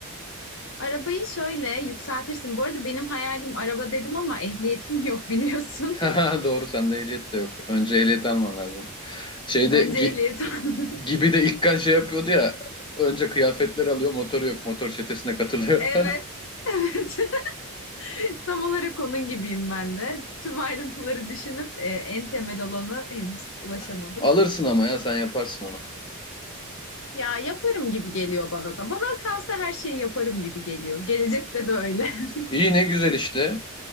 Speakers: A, on the left; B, on the left.
A: Arabayı şöyle yükseltirsin. Bu arada benim hayalim araba dedim ama ehliyetim yok biliyorsun.
B: <laughs> Doğru sende ehliyet de yok. Önce ehliyet alman lazım. Şeyde
A: <laughs> Önce
B: gi-
A: ehliyet al. <laughs>
B: gibi de İlkan şey yapıyordu ya. Önce kıyafetler alıyor, motoru yok. Motor çetesine katılıyor.
A: Evet. Evet. <laughs> Tam olarak onun gibiyim ben de. Tüm ayrıntıları düşünüp e, en temel olanı henüz ulaşamadım.
B: <laughs> Alırsın ama ya sen yaparsın onu.
A: Ya yaparım gibi geliyor bana da. Bana kalsa her şeyi yaparım gibi geliyor. Gelecekte de öyle. <laughs>
B: İyi ne güzel işte.